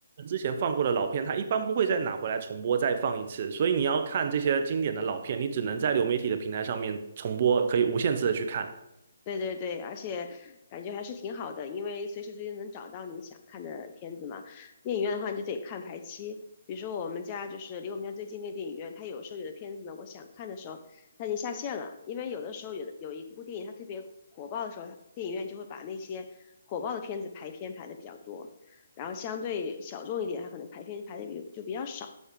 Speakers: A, on the right; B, on the left.
A: 之前放过的老片，它一般不会再拿回来重播再放一次，所以你要看这些经典的老片，你只能在流媒体的平台上面重播，可以无限次的去看。
B: 对对对，而且感觉还是挺好的，因为随时随地能找到你想看的片子嘛。电影院的话，你就得看排期。比如说我们家就是离我们家最近那电影院，它有时候有的片子呢，我想看的时候它已经下线了，因为有的时候有的有一部电影它特别火爆的时候，电影院就会把那些火爆的片子排片排的比较多，然后相对小众一点，它可能排片排的比就比较少，